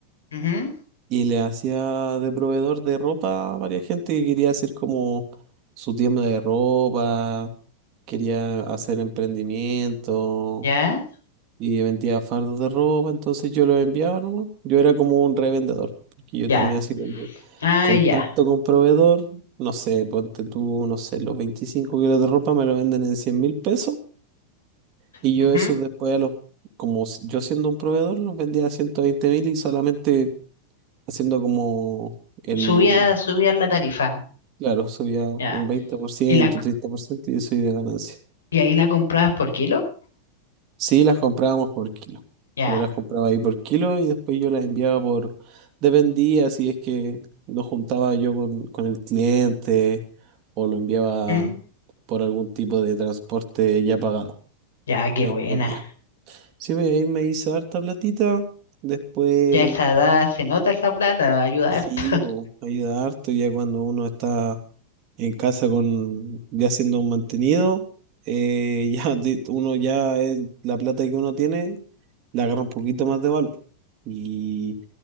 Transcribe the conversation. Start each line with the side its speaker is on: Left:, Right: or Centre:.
Left: ujú,
Right: y le hacía de proveedor de ropa a varias gente que quería hacer como su tienda de ropa, quería hacer emprendimiento
Left: Ya.
Right: y vendía fardos de ropa, entonces yo los enviaba nomás. Yo era como un revendedor, porque yo
Left: Ya.
Right: tenía así como
Left: Ah,
Right: contacto
Left: ya.
Right: con proveedor, no sé, ponte tú, no sé, los 25 kilos de ropa me lo venden en cien mil pesos y
Left: ujú.
Right: yo eso después a los, como s- yo siendo un proveedor, los vendía a ciento veinte mil y solamente haciendo como el,
Left: Subía, subía la tarifa.
Right: claro, subía
Left: Ya.
Right: un veinte por ciento
Left: ¿Y la,
Right: treinta por ciento y eso iba de ganancia.
Left: y ahí la comprabas por kilo?
Right: Sí, las comprábamos por kilo.
Left: Ya.
Right: Yo las compraba ahí por kilo y después yo las enviaba por, dependía si es que nos juntaba yo con, con el cliente o lo enviaba
Left: ujú,
Right: por algún tipo de transporte ya pagado.
Left: Ya, qué
Right: Ahí
Left: buena.
Right: dependía. Sí, pues, ahí me hice harta platita. Después
Left: Ya a esa edad se nota esa plata, va a ayudar.
Right: Sí,
Left: <laughs>
Right: po, ayuda harto ya cuando uno está en casa con ya siendo un mantenido, eh, <laughs> ya de- uno ya es, la plata que uno tiene le agarra un poquito más de valor. Y